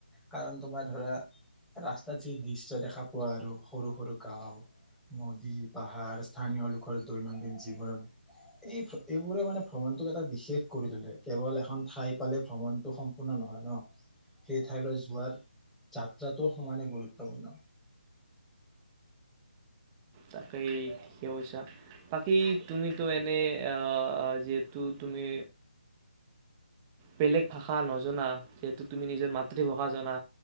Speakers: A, in the centre; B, on the right.
A: কাৰণ তোমাৰ ধৰা ৰাস্তাত যি দৃশ্য দেখা পোৱা আৰু সৰু সৰু গাও নদী পাহাৰ স্থানীয় লোকৰ দৈনন্দিন জীৱন এই এইবোৰে মানে ভ্ৰমণটোক এটা বিশেষ কৰি তোলে কেৱল এখন ঠাই পালে ভ্ৰমণতটো সম্পূৰ্ণ নহয় ন। সেই ঠাইলৈ যোৱাৰ যাত্ৰাটো সমানে গুৰুত্বপূৰ্ণ।
B: তাকেই ঠিকে কৈছা বাকী তুমিতো এনেই যিহেতু তুমি বেলেগ ভাষা নজনা যিহেতু তুমি নিজৰ মাতৃভাষা জনা